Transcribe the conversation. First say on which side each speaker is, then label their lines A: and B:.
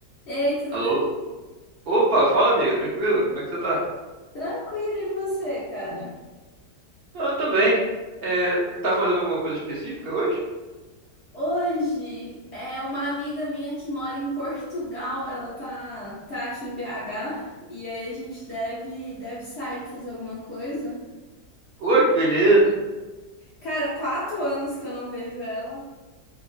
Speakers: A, on the left; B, on the right.
A: Ei, tudo
B: Alô?
A: bem?
B: Opa, fala amiga, tranquilo? Como é que você tá?
A: Tranquilo, e você, cara?
B: Ah, Eu também. É, tá fazendo alguma coisa específica hoje?
A: Hoje é uma amiga minha que mora em Portugal, ela tá, tá aqui em BH e aí a gente deve, deve sair pra fazer alguma coisa.
B: Oi, que beleza.
A: Cara, quatro anos que eu não vejo ela.